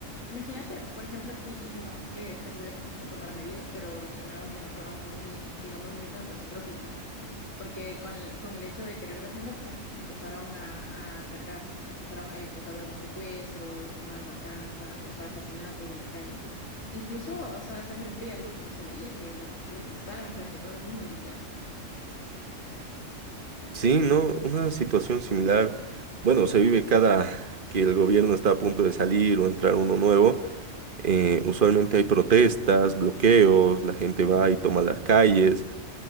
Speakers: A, on the left; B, on the right.
A: Imagínate, por ejemplo, aquí, y digamos que este gobierno quiso tomar medidas, pero reaccionaron de una forma muy, digamos, muy catastrófica, porque con, con el hecho de querer defenderse, empezaron a, a atacar, empezaron ahí empezó a haber más secuestros, más matanzas, o sea, asesinatos en la calle. Incluso, o sea, sangre fría, algo que no se veía, que les, les disparan frente a todo el mundo y ya.
B: Sí, no, una situación similar, bueno, se vive cada <laughs> que el gobierno está a punto de salir o entrar uno nuevo, eh, usualmente hay protestas, bloqueos, la gente va y toma las calles.